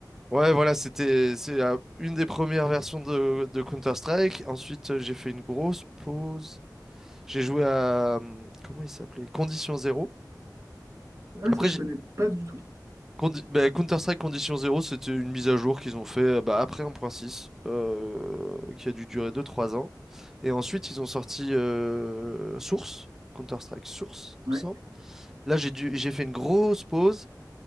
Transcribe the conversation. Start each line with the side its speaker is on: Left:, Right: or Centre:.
Centre: Ouais, voilà, c'était c'est la- une des premières versions de, de Counter-Strike. Ensuite, euh, j'ai fait une grosse pause. J'ai joué à. hum, Comment il s'appelait? Condition Zéro.
Right: <laughs> Ah,
Centre: Après,
Right: ça, je
Centre: j'ai-
Right: connais pas du tout.
Centre: Condi- bah, Counter-Strike Condition 0, c'était une mise à jour qu'ils ont fait euh, bah, après un point six, euh, qui a dû durer deux trois ans. Et ensuite, ils ont sorti euh, Source, Counter-Strike Source, il
Right: Ouais,
Centre: me semble. Là, j'ai dû, j'ai fait une grosse pause.